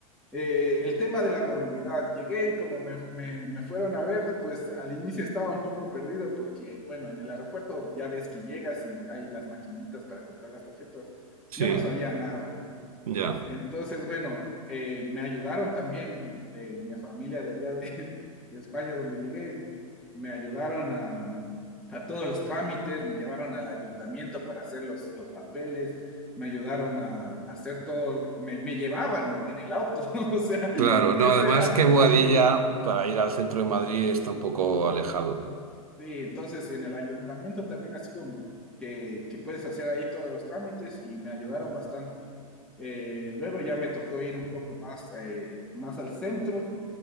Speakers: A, in the centre; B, on the right.
A: Eh, el tema de la movilidad, llegué y como me, me- me fueron a ver, pues al inicio estaba un poco perdido porque, bueno, en el aeropuerto ya ves que llegas y hay las maquinitas para comprar las tarjetas.
B: Sí,
A: Yo no sabía nada.
B: ya.
A: Entonces, bueno, eh, me ayudaron también de mi familia de allá de, <laughs> de España, donde llegué, me ayudaron a, a todos los trámites, me llevaron al ayuntamiento para hacer los, los papeles, me ayudaron a, a hacer todo, me, me llevaban en el auto, <laughs> o sea,
B: Claro, no,
A: eso
B: además
A: era
B: que Boadilla
A: increíble.
B: para ir al centro de Madrid está un poco alejado.
A: Sí, entonces en el ayuntamiento también ha sido que, que puedes hacer ahí todos los trámites y me ayudaron bastante. Eh, luego ya me tocó ir un poco más, eh, más al centro